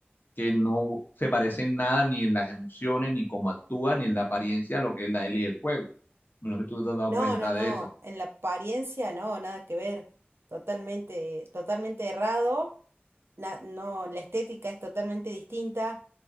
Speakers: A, on the left; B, on the right.
A: que no se parece en nada ni en las emociones, ni cómo actúa, ni en la apariencia a lo que es la Ellie del juego. Menos que tú te has dado
B: No,
A: cuenta
B: no, no.
A: de eso.
B: En la apariencia no, nada que ver. Totalmente, totalmente errado. na- no, la estética es totalmente distinta,